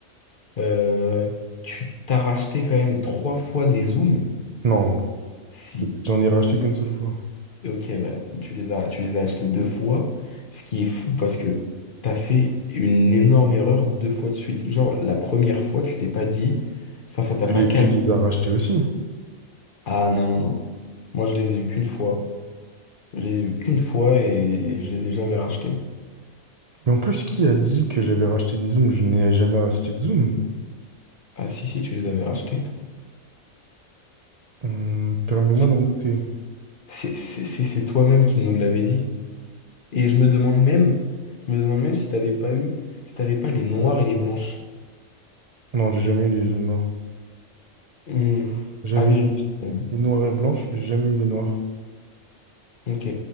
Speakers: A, on the left (about 45°); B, on the right (about 60°).
A: Euh, tu t'as racheté quand même trois fois des zooms.
B: Non,
A: Si,
B: j'en ai racheté qu'une seule fois.
A: ok, bah, tu les as, tu les as achetés deux fois. Ce qui est fou parce que t'as fait une énorme erreur deux fois de suite. Genre, la première fois, tu t'es pas dit, enfin, ça t'a
B: Tu
A: pas
B: les,
A: calmé.
B: tu les as rachetés aussi.
A: Ah non, non, non. Moi, je les ai eu qu'une fois. Je les ai eu qu'une fois et je les ai jamais rachetés.
B: Mais en plus, qui a dit que j'avais racheté des zooms? Je n'ai jamais racheté de zoom.
A: Ah si, si, tu les avais rachetés.
B: Hum, permets-moi
A: C'est
B: d'en douter.
A: c'est- c'est- c'est- c'est toi-même qui nous l'avais dit. Et je me demande même, je me demande même si t'avais pas eu, si t'avais pas les noirs et les blanches.
B: Non, j'ai jamais eu les zooms noirs.
A: Hmm,
B: J'avais
A: À vérifier quand même.
B: les noirs et blanches, mais j'ai jamais eu les noirs.
A: Ok.